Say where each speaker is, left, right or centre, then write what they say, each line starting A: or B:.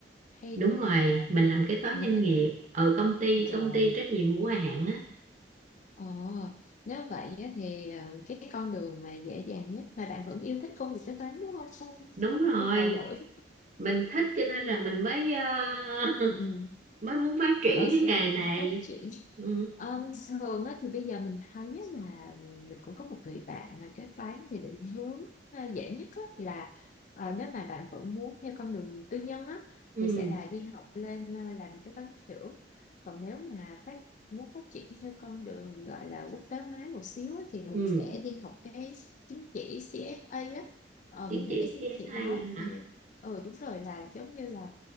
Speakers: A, on the left; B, on the right.
A: hay
B: Đúng
A: là
B: rồi, mình làm kế toán
A: như
B: doanh
A: thế
B: nghiệp
A: nào
B: ở công ty
A: rồi
B: công ty trách nhiệm hữu hạn á.
A: ờ, nếu vậy á thì ờ, cái con đường mà dễ dàng nhất mà bạn vẫn yêu thích công việc kế toán đúng không không,
B: Đúng
A: không
B: rồi.
A: có nhu cầu đổi
B: mình thích cho nên
A: đúng
B: là
A: không
B: mình mới ờ, <laughs>
A: ừ. Ừ.
B: mới muốn phát triển
A: ok
B: cái nghề này
A: phát triển
B: ừ
A: Ừm, thường á, thì bây giờ mình thấy á là mình cũng có một người bạn làm kế toán thì định hướng à, dễ nhất á, là ờ, nếu mà bạn vẫn muốn theo con đường tư nhân á,
B: ừ
A: thì sẽ là đi học lên à, làm kế toán trưởng còn nếu mà phát muốn phát triển theo con đường gọi là quốc tế hóa một xíu á, thì mình
B: ừ
A: sẽ đi học cái chứng chỉ CFA á Ờ,
B: chứng
A: mình thấy
B: chỉ
A: cái
B: CSA
A: chứng chỉ đó
B: hả
A: thì ừ đúng rồi là giống như là